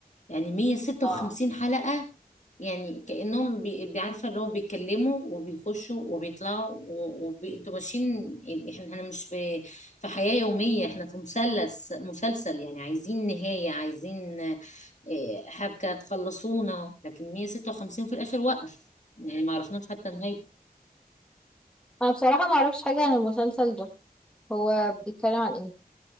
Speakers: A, on the left; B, in the centre.
A: يعني 156
B: اه
A: حلقة يعني كأنهم بي- بيعرفة اللي هو بيتكلموا وبيخشوا وبيطلعوا وانتوا ماشيين يعني احنا احنا مش في في حياة يومية احنا في مثلث مسلسل يعني عايزين نهاية عايزين آه، حبكة تخلصونا لكن 156 في الآخر وقف يعني ما عرفناش حتى نهاية
B: انا بصراحة ما اعرفش حاجة عن المسلسل ده هو بيتكلم عن ايه